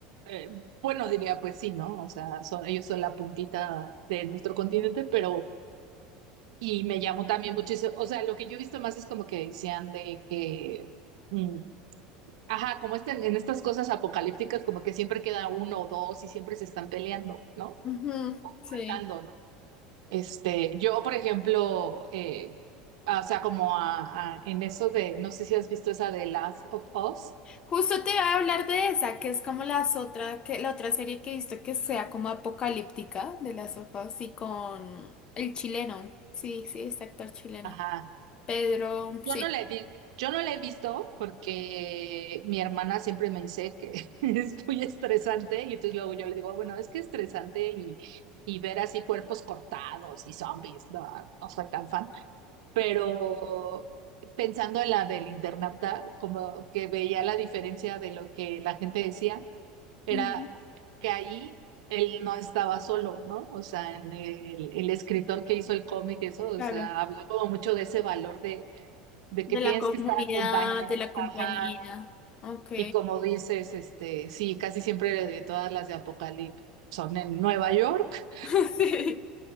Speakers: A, on the right (about 85°); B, on the left (about 25°).
A: Eh, bueno, diría, pues sí, ¿no? O sea, son, ellos son la puntita de nuestro continente, pero... Y me llamó también muchísimo. O sea, lo que yo he visto más es como que decían de que... mm, ajá, como este- en estas cosas apocalípticas, como que siempre queda uno o dos y siempre se están peleando, ¿no?
B: Ujú, Sí.
A: Matando, este, yo, por ejemplo, eh, ah, o sea, como a- a- en eso de, no sé si has visto esa de Last of Us.
B: Justo te iba a hablar de esa, que es como las otra, que, la otra serie que he visto que sea como apocalíptica de las hojas y con el chileno. Sí, sí, este actor chileno.
A: Ajá.
B: Pedro,
A: Yo
B: sí.
A: no la he vi- yo no la he visto porque mi hermana siempre me dice que <laughs> es muy estresante y entonces luego yo le digo, bueno, es que es estresante y, y ver así cuerpos cortados y zombies, no, no soy tan fan. Pero pensando en la del internauta, como que veía la diferencia de lo que la gente decía. era
B: Ujú,
A: que ahí él no estaba solo, ¿no? O sea, en el, el escritor que hizo el cómic, eso, o
B: Claro.
A: sea, habla como mucho de ese valor de, de
B: De
A: que tienes
B: la comunidad,
A: que estar acompañada,
B: de la compañía.
A: ajá,
B: Ok.
A: y como dices, este, sí, casi siempre de todas las de Apocalipsis son en Nueva York
B: <laughs> Sí,